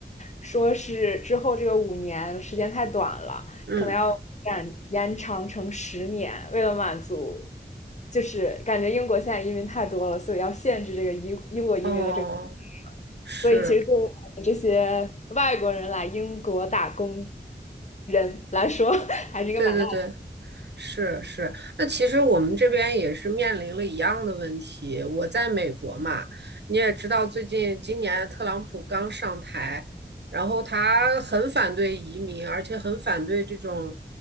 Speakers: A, on the left; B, on the right.
A: 说是之后这个五年时间太短了，
B: 嗯，
A: 可能要延延长成十年，为了满足，就是感觉英国现在移民太多了，所以要限制这个移英国移民的这个，
B: 哦，是，
A: 所以其实对我们这些外国人来英国打工人来说，还是一个蛮大的
B: 对对对，是是。那其实我们这边也是面临了一样的问题。我在美国嘛，你也知道，最近今年特朗普刚上台，然后他很反对移民，而且很反对这种，